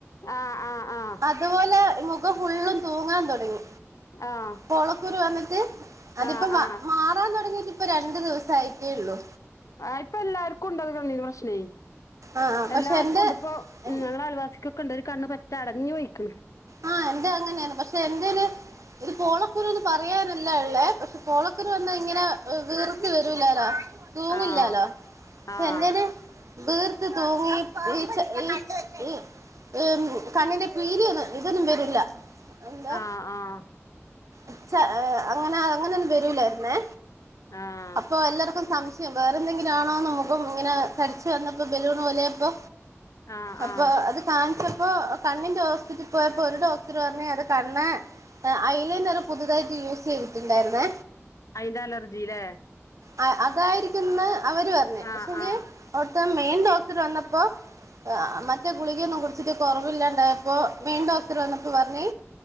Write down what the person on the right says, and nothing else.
അതുപോലെ മുഖം ഫുള്ളും തൂങ്ങാൻ തുടങ്ങി
പൊളക്കുരു വന്നിട്ട് അതിപ്പോ
മാ
മാറാൻ തുടങ്ങിട്ട് ഇപ്പം രണ്ടു ദിവസം ആയിട്ടേ ഉള്ളു
ആഹ് പക്ഷെ
എന്റെ
ആ എന്റെ അങ്ങനെയാണ് പക്ഷെ എൻ്റേല് ഒരു പോളോ ഒരോന്ന് പറയാനല്ല എള്ളേ പക്ഷെ പോളക്കരു വന്ന ഇങ്ങനെ വീർത്ത് വരൂല്ലല്ലൊ തൂങ്ങില്ല
ല്ലാലോ ക്ഷേ
എന്തേന് വീർത്ത് തൂങ്ങി ഈച് ഈച് ഇ ഇ കണ്ണിന്റെ പീലി ഒന്ന് ഇതൊന്നും വരൂല്ല എന്താ
ഉച്ച അങ്ങനെ അങ്ങനെ ഒന്നും വരൂലായിരുന്നേ
അപ്പൊ എല്ലാർക്കും സം <unintelligible> വേറെ എന്തെങ്കിലു ആണോന്ന് മുഖം ഇങ്ങനെ തടിച്ച് വന്നപ്പോ ബലൂൺ പോലെയായപ്പോ
അപ്പൊ
അത് കാൺചൊട് പ്പോ കണ്ണിന്റെ ഹോസ്പിറ്റലി പോയപ്പോ ഒരു ഡോക്ടർ പറഞ്ഞു അത് കണ്ണ് ഐലിനിയർ പുതിതായി യൂസ് ചെയ്തിട്ടിണ്ടായിരുന്നേ
അ അതായിരിക്കും ന്ന് അവര് പറഞ്ഞ്
പക്ഷെങ്കി
ഇപ്പം മെയിൻ ഡോക്ടർ വന്നപ്പോ അ മറ്റേ ഗുളികൊന്നും കുടിച്ചിട്ട് കൊറവില്ലാണ്ടായപ്പോ മെയ്ൻ ഡോക്ടർ വന്നപ്പോ പറഞ്ഞ്